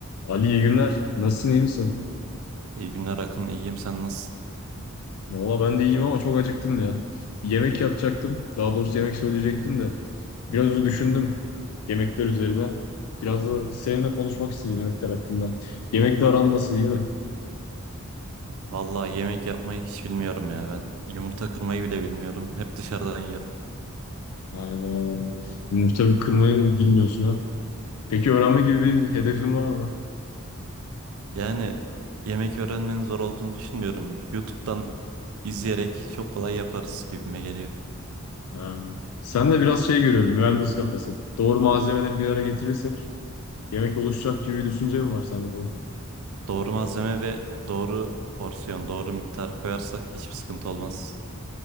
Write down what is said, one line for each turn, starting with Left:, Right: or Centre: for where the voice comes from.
Left: Ali iyi günler. Nasılsın, iyi misin?
Right: İyi günler Akın, iyiyim sen nasılsın?
Left: Valla ben de iyiyim ama çok acıktım ya. Yemek yapacaktım. Daha doğrusu yemek söyleyecektim de. Biraz da düşündüm yemekler üzerine. Biraz da seninle konuşmak istedim yemekler hakkında. Yemekle aran nasıl, iyi mi?
Right: Vallahi yemek yapmayı hiç bilmiyorum ya ben. Yumurta kırmayı bile bilmiyorum. Hep dışarıdan yiyorum.
Left: Aynen. Yumurta kırmayı bilmiyorsun ha. Peki öğrenme gibi bir hedefin var mı?
Right: Yani yemek öğrenmenin zor olduğunu düşünmüyorum. YouTube'dan izleyerek çok kolay yaparız gibime geliyor.
Left: Ha. Sen de biraz şey görüyorum, mühendis kafası. Doğru malzemeleri bir araya getirirsek yemek oluşacak gibi bir düşünce mi var sende?
Right: Doğru malzeme ve doğru porsiyon, doğru miktar koyarsak hiçbir sıkıntı olmaz.